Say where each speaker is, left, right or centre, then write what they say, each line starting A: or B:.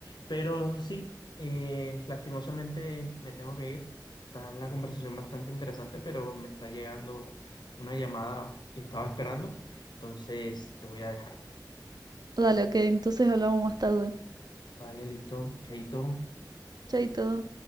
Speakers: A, on the left; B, on the right.
A: Pero sí, eh, lastimosamente me tengo que ir. Está la conversación bastante interesante, pero me está llegando una llamada que estaba esperando. Entonces te voy a dejar.
B: Dale, ok, entonces hablamos más tarde.
A: Vale, listo, chaito.
B: Chaito.